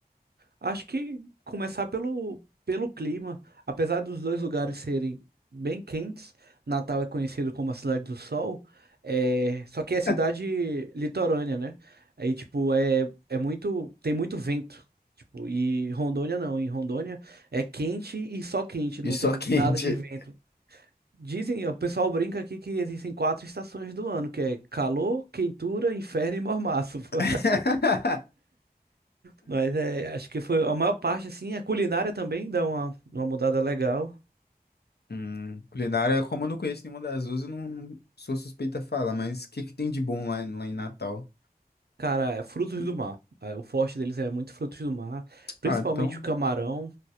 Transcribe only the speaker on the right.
Acho que começar pelo, pelo clima, apesar dos dois lugares serem bem quentes, Natal é conhecido como a cidade do sol, é, só que
é cidade litorânea, né? Aí, tipo, é, é muito, tem muito vento, tipo, e Rondônia não, em Rondônia é quente e só quente, não
tem
nada de vento. Dizem, o pessoal brinca aqui que existem quatro estações do ano, que é calor, quentura, inferno e mormaço. <laughs>
Mas é, acho que foi a maior parte, assim, a culinária também dá uma, uma mudada legal.
Cara, é frutos do mar. Ah, O forte deles é muito frutos do mar, principalmente
o camarão.